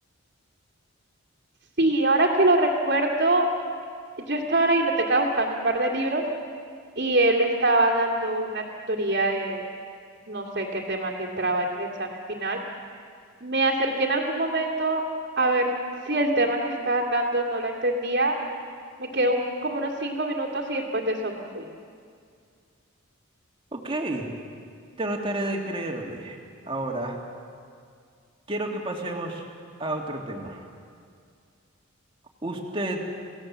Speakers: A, on the right (about 45°); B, on the right (about 25°).
A: Sí, ahora que lo recuerdo, yo estaba en la biblioteca buscando un par de libros y él estaba dando una teoría de no sé qué tema que entraba en el examen final. Me acerqué en algún momento a ver si el tema que estaban dando no lo entendía. Me quedó un- como unos cinco minutos y después de eso me fui.
B: Ok, trataré de creerle. Ahora, quiero que pasemos a otro tema. Usted